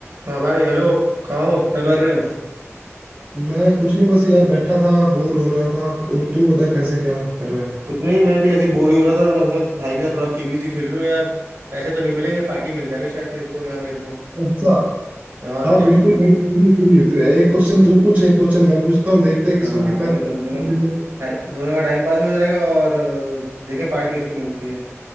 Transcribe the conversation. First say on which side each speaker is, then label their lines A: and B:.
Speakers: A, on the right; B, on the right.
A: हाँ भाई हेलो कहाँ हो क्या कर रहे हो
B: मैं कुछ नहीं बस यार बैठा था बोर हो रहा था और तू बता कैसे क्या कर रहा है
A: कुछ नहीं मैं भी ऐसी बोर ही हो रहा था मैंने सोचा भाई के साथ थोड़ा केबीसी खेल लूँ यार पैसे तो नहीं मिलेंगे पार्टी मिल जाएगी शायद तेरे को या मेरे को
B: अच्छा
A: और
B: हाँ
A: क्या
B: बिल्कुल भाई क्यों नहीं क्यों नहीं तो एक क्वेश्चन तू पूछ एक क्वेश्चन मैं पूछता हूँ देखते हैं किसको
A: हाँ
B: कितना
A: और ये तो हम दोनों
B: नॉलेज है
A: टाइ- दोनों का टाइम पास भी हो जाएगा और अ, देखें पार्टी किसको मिलती है